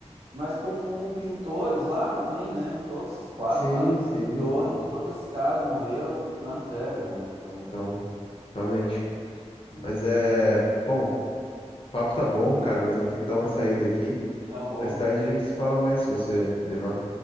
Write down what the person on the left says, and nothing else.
Sim,
sim,
sim.
Então, realmente.
Mas é. Bom, o papo tá bom, cara, mas eu vou ter que dar uma saída aqui.
Mais tarde a gente se fala mais se você animar,